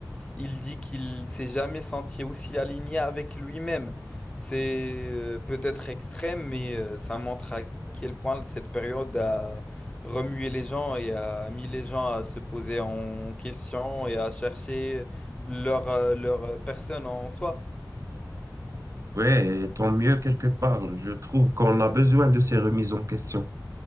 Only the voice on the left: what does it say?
Il dit qu'il s'est jamais senti aussi aligné avec lui-même. C'est euh, peut-être extrême, mais euh, ça montre à quel point cette période a remué les gens et a mis les gens à se poser en question et à chercher leur, euh, leur personne en soi.